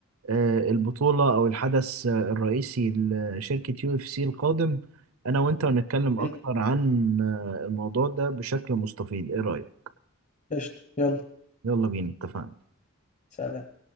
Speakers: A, on the right (about 75°); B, on the left (about 35°).
A: آه، البطولة أو الحدث آه، الرئيسي لشركة يو اف سي القادم أنا وأنت هنتكلم أكتر
B: أيوة.
A: عن آه، الموضوع ده بشكل مستفيض إيه رأيك؟
B: قشطة يلا
A: يلا بينا اتفقنا
B: سلام